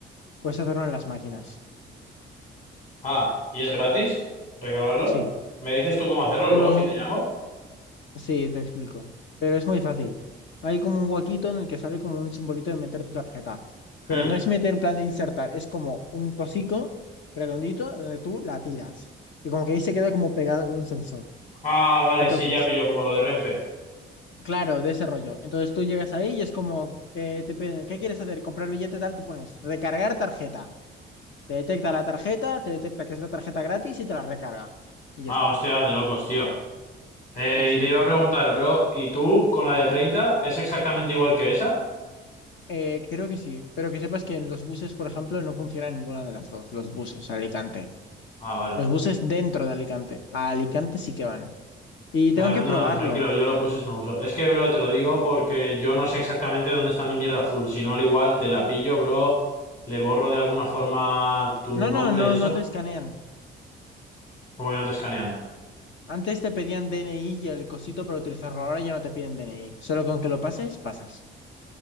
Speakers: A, on the left (about 65°); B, on the left (about 40°).
A: Puedes hacerlo en las máquinas.
B: Ah, ¿y es gratis? ¿Recargarlo?
A: Sí.
B: ¿Me dices tú cómo hacerlo
A: Tú
B: luego
A: lo
B: si
A: met-
B: te llamo?
A: Sí, te explico. Pero es muy fácil. Hay como un huequito en el que sale como un simbolito de meter tu tarjeta. Pero
B: Hmm.
A: no es meter en plan de insertar, es como un cosico redondito donde tú la tiras. Y como que ahí se queda como pegada como un sensor.
B: Ah, vale,
A: Entonces,
B: sí, ya pillo como lo de Renfe.
A: Claro, de ese rollo. Entonces tú llegas ahí y es como que te piden, ¿qué quieres hacer? ¿Comprar billete tal? Tú pones recargar tarjeta. Te detecta la tarjeta, te detecta que es la tarjeta gratis y te la recarga. Y ya
B: Ah,
A: está.
B: hostia, de locos, tío. Eh,
A: Y sin-
B: y te iba a preguntar, bro, ¿y tú con la de 30 es exactamente igual que esa?
A: eh, creo que sí, pero que sepas que en los buses, por ejemplo, no funciona ninguna de las dos, los buses a Alicante.
B: Ah, vale.
A: Los buses dentro de Alicante. A Alicante sí que van. Y tengo
B: Eh,
A: que
B: No, no,
A: probarlo.
B: tranquilo, yo lo puse no uso. Es que, bro, te lo digo porque yo no sé exactamente dónde está mi mierda azul. Si no, al igual te la pillo, bro, le borro de alguna forma tu
A: No,
B: nombre
A: no, no,
B: y eso,
A: no te escanean.
B: como que no te escanean.
A: Antes te pedían DNI y el cosito para utilizarlo, ahora ya no te piden DNI. Solo con que lo pases, pasas.